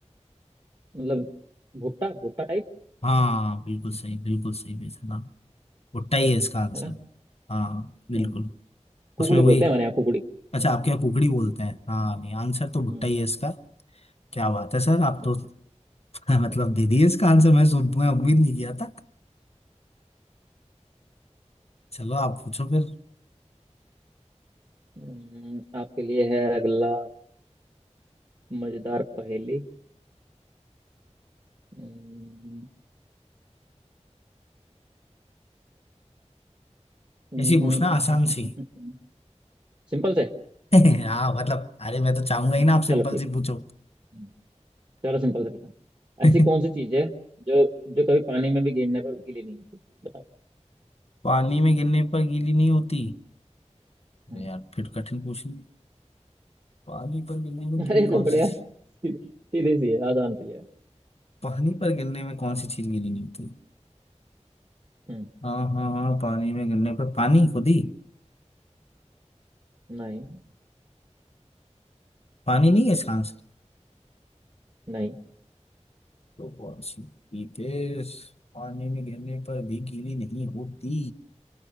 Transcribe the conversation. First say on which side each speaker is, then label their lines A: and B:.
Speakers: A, on the right; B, on the left.
A: मतलब भुट्टा भुट्टा टाइप
B: हाँ बिल्कुल सही बिल्कुल सही बेटा भुट्टा ही है इसका आंसर
A: है ना
B: हाँ बिल्कुल
A: हम्म, कुकड़ी
B: उसमें वही
A: बोलते हैं हमारे यहाँ कुकड़ी
B: अच्छा आपके यहाँ कुकड़ी बोलते हैं हाँ नहीं आंसर तो भुट्टा
A: हम्म
B: ही है इसका क्या बात है सर आप
A: अच्छा
B: तो <laughs> मतलब दे दिए इसका आंसर मैं सु- मैं उम्मीद नहीं किया था चलो आप पूछो फिर
A: हम्म, आपके लिए है अगला मजेदार पहेली हम्म, हम्म,
B: ऐसी पूछना
A: हम्म,
B: आसान
A: हम्म,
B: सी
A: हम्म, सिंपल से
B: <laughs> हाँ मतलब अरे मैं तो चाहूंगा ही
A: अच्छा
B: ना आप सिंपल
A: चलो ठीक
B: सी पूछो
A: हम्म, चलो सिंपल से पूछा
B: <laughs>
A: ऐसी कौन सी चीज है जो जो कभी पानी में भी गिरने पर गीली नहीं होती बताओ
B: पानी में गिरने पर गीली नहीं होती
A: हम्म,
B: अरे यार फिर कठिन पूछ पानी पर गिरने में
A: <laughs> अरे
B: गीली
A: ये
B: कौन
A: तो बढ़िया
B: सी चीज
A: सीधे सीधे सी है आसान सी है
B: पानी पर गिरने में कौन सी चीज गीली नहीं होती
A: हम्म,
B: हाँ हाँ हाँ पानी में गिरने पर पानी खुद ही
A: नहीं
B: पानी नहीं है इसका आंसर
A: नहीं
B: तो कौन सी पीतेस पानी में गिरने पर भी गीली नहीं होती